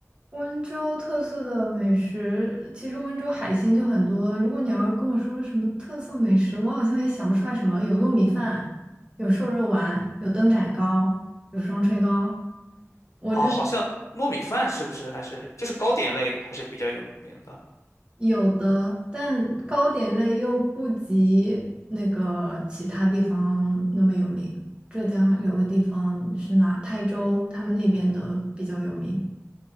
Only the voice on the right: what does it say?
温州特色的美食，其实温州海鲜就很多。如果你要跟我说什么特色美食，我好像也想不出来什么。有糯米饭，有瘦肉丸，有灯盏糕，有双炊糕，我这
有的，但糕点类又不及那个其他地方那么有名。浙江有个地方是哪？台州，他们那边的比较有名。